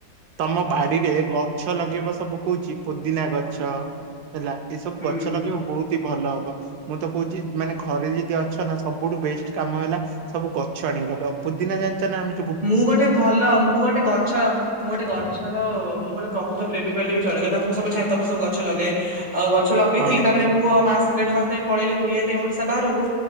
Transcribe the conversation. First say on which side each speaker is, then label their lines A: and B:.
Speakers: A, on the right; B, on the right.
A: ତମ ବାଡିରେ ଗଛ ଲଗେଇବ ସବୁ କହୁଚି ପୋଦିନା ଗଛ ହେଲା, ଏ ସବୁ
B: ହୁଁ।
A: ଗଛ ଲଗେଇବ ବହୁତ ହି ଭଲ ହବ। ମୁଁ ତ କହୁଛି ମାନେ ଘରେ ଯଦି ଅଛ ନା ସବୁଠୁ ବେଷ୍ଟ କାମ ହେଲା ସବୁ ଗଛ ଆଣିକି ଲଗେଇବ, ପୁଦିନା ଜାଣିଛ ନା ଆମତି
B: ମୁଁ ଗୋଟେ ଭଲ, ମୁଁ ଗୋଟେ ଗଛ ମୁଁ ଗୋଟେ ଗଛର, ମୁଁ ଗୋଟେ ପ୍ରକୃତ ପ୍ରେମୀ କହିଲେ ବି ଚଳେ। କାହିଁକି ନା ମୁଁ ସବୁ ଛାତ ଉପରେ ସବୁ ଗଛ ଲଗାଏ। ଆଉ ଗଛ ଲଗେଇଥିଲି।
A: ହଁ
B: ତାପରେ ମୁଁ ଅ ମାସେ ଦେଢ ମାସେ ପାଇଁ ପଳେଇଲି ବୁଲିଆ ପାଇଁ ଓଡିଶା ବାହାରକୁ